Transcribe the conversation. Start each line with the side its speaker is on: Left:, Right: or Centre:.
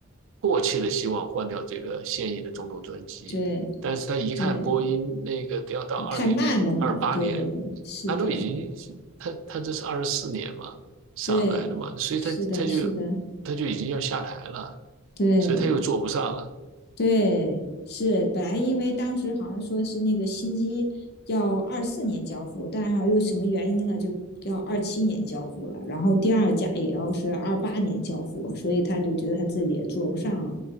Right: 迫切的希望换掉这个现役的总统专机，
Left: 对
Right: 但是他一看波音那个得要到二零二八年，
Left: 对。太慢了嘛。对，是的，
Right: 他都已经他他这是二十四年嘛上来的嘛，
Left: 对，
Right: 所以他他就
Left: 是的，是的，
Right: 他就已经要下台了，
Left: 对。
Right: 所以他又做不上了。
Left: 对，是本来因为当时好像说是那个新机要二四年交付，但是又什么原因呢，就要二七年交付了，然后第二架也要是二八年交付，所以他就觉得他自己也坐不上了，